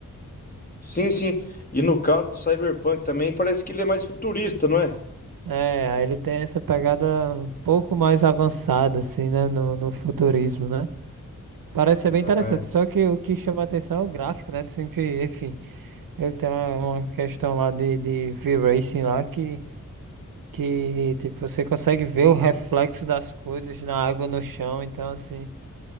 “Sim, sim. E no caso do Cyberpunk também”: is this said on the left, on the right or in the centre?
Left